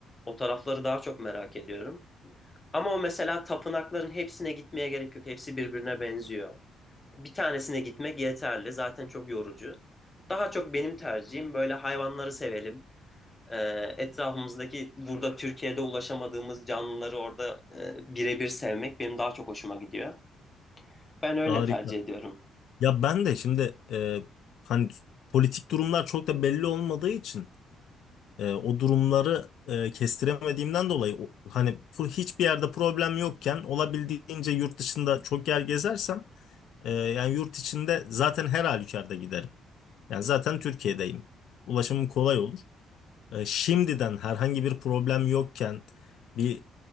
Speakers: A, on the left; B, on the left.
A: O tarafları daha çok merak ediyorum. Ama o mesela tapınakların hepsine gitmeye gerek yok. Hepsi birbirine benziyor. Bir tanesine gitmek yeterli. Zaten çok yorucu. Daha çok benim tercihim böyle hayvanları sevelim. E, etrafımızdaki burada Türkiye'de ulaşamadığımız canlıları orada e, birebir sevmek benim daha çok hoşuma gidiyor. Ben öyle
B: Harika.
A: tercih ediyorum.
B: Ya ben de şimdi e, hani politik durumlar çok da belli olmadığı için e, o durumları e, kestiremediğimden dolayı o- hani pro- hiçbir yerde problem yokken olabildiğince yurt dışında çok yer gezersem e, yani yurt içinde zaten her halükarda giderim. Yani zaten Türkiye'deyim. Ulaşımım kolay olur. e, şimdiden herhangi bir problem yokken bir